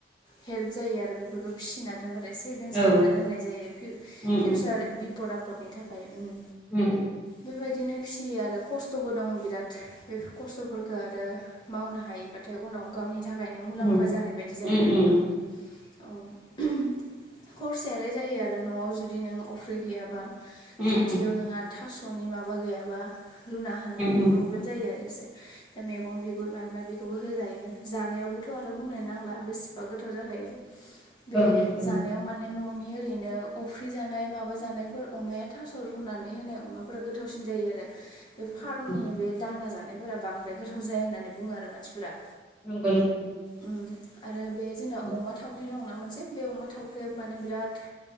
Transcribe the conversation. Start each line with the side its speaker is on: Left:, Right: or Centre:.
Left: हेल्प जायो आरो बेफोरखौ फिसिना दोनबाथाय <unintelligible> सेभिंस
Centre: औ
Left: खामना दोननाय जायो फिउ-फिउचार
Centre: उम उम
Left: बिपद आफदनि थाखाय उम
Centre: उम उम
Left: बेबायदिनो फिसियो आरो खस्थ'बो दं बिराद बे खस्थ'फोरखो आरो मावनो हायोबाथाय उनाव गावनि थाखायनो मुलाम्फा
Centre: उम
Left: जानाय बायदि जायो
Centre: उम उम
Left: आरो आं‌ औ <unintelligible> खरसायालाय जायो आरो न'आव जुदि नों अफ्रि गैयाबा
Centre: उम
Left: खाथियाव नोंहा थास'नि माबा गैयाबा रुना होनो
Centre: उम
Left: प्र
Centre: औ
Left: जायो आरो इसे दा मैगं बिगुर माइबा मायबि बेखौबो होजायो जानायावबोथ' आरो बुं <unintelligible> गोथाव जाखायो बे
Centre: नंगौ नंगौ
Left: जानायाव माने मान न'नि ओरैनो अफ्रि जानाय माबा जानायफोर अमाया थास' रुनानै होनाय अमा फ्रा गोथावसिन जायो आरो बे
Centre: नंगौ
Left: फार्मनि बे दाना जानायफोरा बांद्राय गोथाव जाया होननानै बुङो आरो मानसिफोरा।
Centre: नंगौ <unintelligible>
Left: ओम आरो बे जोंना
Centre: उम
Left: अमा थावख्रि दं ना मोनसे बे अमा थावख्रिया माने बिराद